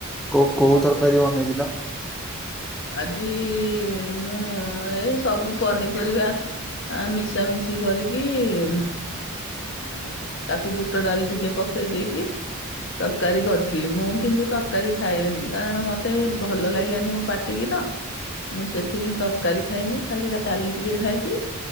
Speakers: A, in the centre; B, on the left (about 55°).
A: କୋଉ କୋଉ ତରକାରୀ ବନେଇଥିଲ?
B: ଆଜି ମୁଁ ଏଇ ସବୁ ପନିପରିବା ଆ ମିଶାମିଶି କରିକି ଉଁ ଉଁ ତାକୁ ବୁଟ ଡାଲି ଟିକେ ପକେଇ ଦେଇକି ତରକାରୀ କରିଥିଲି ମୁଁ କିନ୍ତୁ ତରକାରୀ ଖାଏନି କାରଣ ମତେ ଭଲ ଲାଗିଲାନି ମୋ ପାଟିକି ତ ମୁଁ ସେଥିପାଇଁ ତରକାରୀ ଖାଇନି ଖାଲି ଡାଲି ଟିକେ ଖାଇଚି।